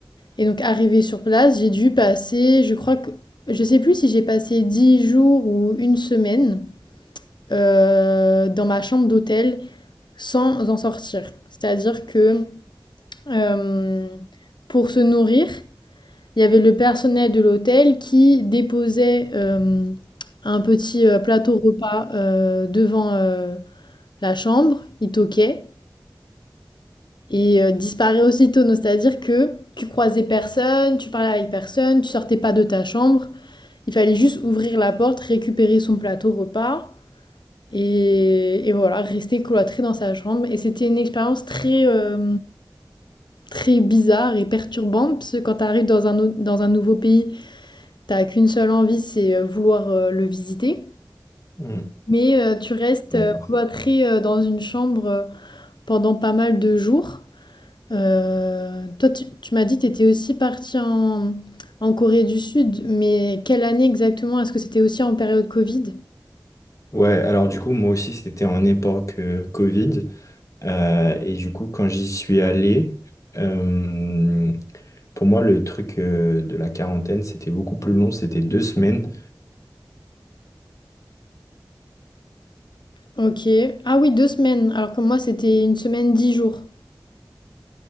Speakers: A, on the left; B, on the left.
A: Et donc, arrivé sur place, j'ai dû passer, je crois que, je sais plus si j'ai passé 10 jours ou une semaine euh, dans ma chambre d'hôtel sans en sortir. C'est-à-dire que euh, pour se nourrir, il y avait le personnel de l'hôtel qui déposait euh, un petit euh, plateau repas euh, devant euh, la chambre, il toquait. et euh, disparaît aussitôt. Donc, C'est-à-dire que tu croisais personne, tu parlais avec personne, tu sortais pas de ta chambre. Il fallait juste ouvrir la porte, récupérer son plateau repas et, et voilà, rester cloîtré dans sa chambre. Et c'était une expérience très, euh, très bizarre et perturbante parce que quand tu arrives dans un, dans un nouveau pays, t'as qu'une seule envie, c'est euh, vouloir euh, le visiter.
B: Mm.
A: Mais euh, tu restes
B: D'accord.
A: euh, cloîtré euh, dans une chambre euh, pendant pas mal de jours. Euh, toi, tu, tu m'as dit que tu étais aussi parti en, en Corée du Sud, mais quelle année exactement? Est-ce que c'était aussi en période Covid?
B: Ouais, alors du coup, moi aussi, c'était en époque euh, Covid. Euh, et du coup, quand j'y suis allé, euh, pour moi, le truc euh, de la quarantaine, c'était beaucoup plus long, c'était deux semaines.
A: Ok. Ah oui, deux semaines, alors que moi, c'était une semaine, dix jours.